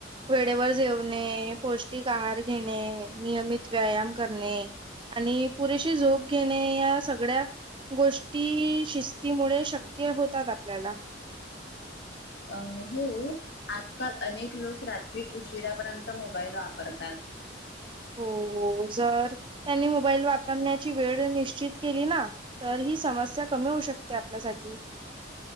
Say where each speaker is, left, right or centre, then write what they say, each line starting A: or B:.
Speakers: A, on the right; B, on the left.
A: वेळेवर जेवणे, पोष्टिक आहार घेणे, नियमित व्यायाम करणे आणि पुरेशी झोप घेणे, या सगळ्या गोष्टी शिस्तीमुळे शक्य होतात आपल्याला.
B: अ होअ आजकाल अनेक लोक रात्री उशिरापर्यंत मोबाईल वापरतात.
A: हो हो. जर त्यांनी मोबाईल वापरण्याची वेळ निश्चित केली ना, तर ही समस्या कमी होऊ शकते आपल्यासाठी.